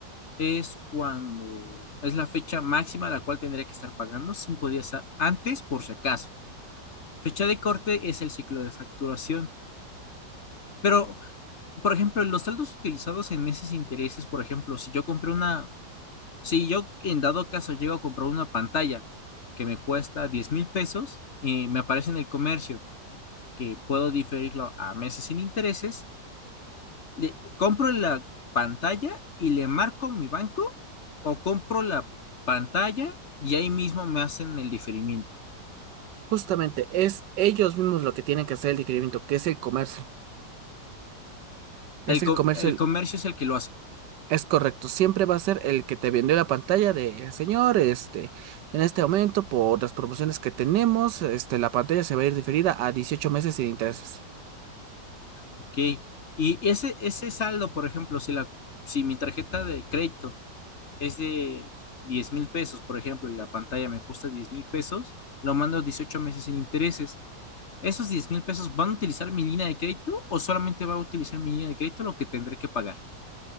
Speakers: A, on the left; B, on the right.
A: es cuando es la fecha máxima a la cual tendría que estar pagando cinco días a- antes por si acaso. Fecha de corte es el ciclo de facturación. Pero, por ejemplo, los saldos utilizados en meses e intereses, por ejemplo, si yo compré una, si yo en dado caso llego a comprar una pantalla que me cuesta diez mil pesos, eh, me aparece en el comercio que puedo diferirlo a meses sin intereses, le, compro la pantalla y le marco mi banco o compro la pantalla y ahí mismo me hacen el diferimiento.
B: Justamente es ellos mismos lo que tienen que hacer el diferimiento, que es el comercio.
A: El,
B: Es
A: co-
B: el comercio,
A: el
B: el-
A: comercio es el que lo hace.
B: es correcto. Siempre va a ser el que te vendió la pantalla de, señor, este, en este momento, por las promociones que tenemos, este, la pantalla se va a ir diferida a 18 meses sin intereses.
A: Ok. Y ese, ese saldo, por ejemplo, si la, si mi tarjeta de crédito es de diez mil pesos, por ejemplo, y la pantalla me cuesta diez mil pesos, lo mando 18 meses sin intereses. ¿Esos diez mil pesos van a utilizar mi línea de crédito o solamente va a utilizar mi línea de crédito lo que tendré que pagar?